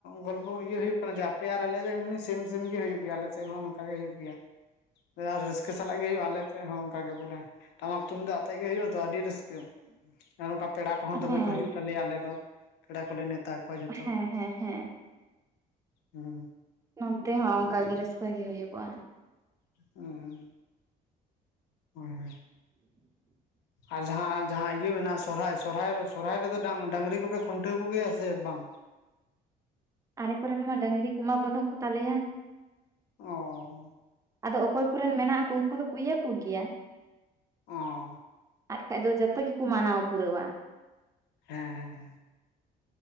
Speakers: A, on the left; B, on the right.
A: ᱜᱚᱞᱯᱚ ᱤᱭᱟᱹ ᱦᱩᱭᱩᱜ ᱠᱟᱱᱟ ᱡᱮ ᱟᱯᱮ ᱟᱨ ᱟᱞᱮ ᱫᱚ ᱮᱢᱱᱤ ᱥᱮᱢ ᱥᱮᱢ ᱜᱮ ᱦᱳᱭᱳᱜ ᱜᱮᱭᱟ ᱟᱞᱮᱥᱮᱫ ᱦᱚᱸ ᱱᱚᱝᱠᱟ ᱜᱮ ᱦᱳᱭᱳᱜ ᱜᱮᱭᱟ᱾
B: <inaudible>
A: ᱨᱟᱹᱥᱠᱟᱹ ᱥᱟᱞᱟᱜ ᱜᱮ ᱦᱩᱭᱩᱜᱼᱟ ᱟᱞᱮ ᱥᱮᱫ ᱦᱚᱸ ᱚᱱᱠᱟ ᱜᱮ ᱵᱚᱞᱮ ᱴᱟᱢᱟᱠ ᱛᱩᱢᱫᱟᱜ ᱟᱛᱮᱜ ᱜᱮ ᱦᱩᱭᱩᱜᱼᱟ ᱛᱚ ᱟᱰᱤ ᱨᱟᱹᱥᱠᱟᱹ᱾ ᱟᱨ ᱚᱱᱠᱟ ᱯᱮᱲᱟ ᱠᱚᱦᱚᱸ ᱫᱚᱢᱮ
B: ᱦᱮᱸ
A: ᱠᱚ ᱦᱤᱡᱩᱜ ᱛᱟᱞᱮᱭᱟ ᱟᱞᱮ ᱫᱚ ᱯᱮᱲᱟ ᱠᱚᱞᱮ ᱱᱮᱣ ᱛᱟ ᱠᱚᱣᱟ ᱡᱚᱛᱚ᱾
B: ᱦᱮᱸ ᱦᱮᱸ ᱦᱮᱸ
A: ᱦᱩᱸ,
B: ᱱᱚᱱᱛᱮ ᱦᱚᱸ ᱚᱝᱠᱟ ᱜᱮ ᱨᱟᱹᱥᱠᱟᱹᱜᱤ ᱦᱩᱭᱩᱜᱚᱜᱼᱟ᱾
A: ᱩᱸ, ᱦᱳᱭ, ᱦᱳᱭ, ᱟᱨ ᱡᱟᱦᱟᱸ ᱡᱟᱦᱟᱸ ᱤᱭᱟᱹ ᱢᱮᱱᱟᱜᱼᱟ ᱥᱚᱨᱦᱟᱭ, ᱥᱚᱨᱦᱟᱭ ᱥᱚᱨᱦᱟᱭ ᱨᱮᱫᱚ ᱰᱟᱝᱨᱤ ᱠᱚᱯᱮ ᱠᱷᱩᱱᱴᱟᱹᱣ ᱠᱚᱜᱮᱭᱟ ᱥᱮ ᱵᱟᱝ?
B: ᱟᱞᱮ ᱠᱚᱨᱮᱱ ᱢᱟ ᱰᱟᱝᱨᱤ ᱠᱚᱢᱟ ᱵᱟᱹᱱᱩᱜ ᱠᱚᱛᱟᱞᱮᱭᱟ,
A: ᱚ
B: ᱟᱫᱚ ᱚᱠᱚᱭ ᱠᱚᱨᱮᱱ ᱢᱮᱱᱟᱜ ᱠᱚ ᱩᱱᱠᱩ ᱫᱚᱠᱚ ᱤᱭᱟᱹ ᱠᱚᱜᱮᱭᱟ,
A: ᱚ,
B: ᱟᱨᱠᱷᱟᱡ ᱫᱚ ᱡᱚᱛᱚ ᱜᱮᱠᱚ ᱢᱟᱱᱟᱣ ᱯᱩᱨᱟᱹᱣᱟ᱾
A: ᱦᱮᱸ, ᱦᱮᱸ,